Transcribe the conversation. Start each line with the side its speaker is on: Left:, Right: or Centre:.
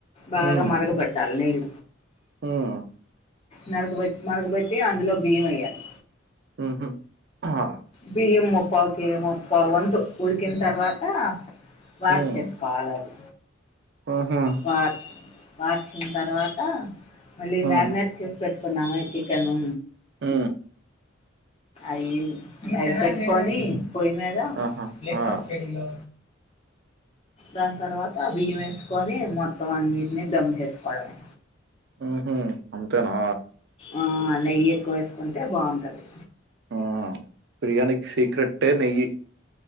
Left: బాగా
Right: ఉమ్
Left: మరగబెట్ అల్లివ్
Right: ఉమ్
Left: నరగబెట్ మరగబెట్టి అందులో బియ్యం యేయ్యాలి.
Right: ఉహు హ
Left: బియ్యం ముప్పాకి ముప్ప వంతు ఉడికిన్ తర్వాత వార్
Right: ఉమ్
Left: చేసుకోవాలి అది
Right: ఉహు
Left: వాచ్ వాచ్చిన తర్వాత మళ్ళీ
Right: ఉమ్
Left: మాగ్నెట్ చేసి పెట్టుకు ఇప్పు నాయ్ చికెను
Right: ఊ
Left: ఐన్ ఐ పెట్టుకొని పోయి మేదా
Right: ఆహా
Left: లేస్
Right: ఆ
Left: అఫ్ గేళ్లు దాని తర్వాత బియ్యం వేసుకొని మొత్తం అన్నిటిని దమ్ చేసుకోవడమే.
Right: ఉహు అంతేనా
Left: ఆ నెయ్యి ఎక్కువ వేసుకుంటే బావుంటది.
Right: ఆ ప్రియాణికి సీక్రెట్టే నెయ్యి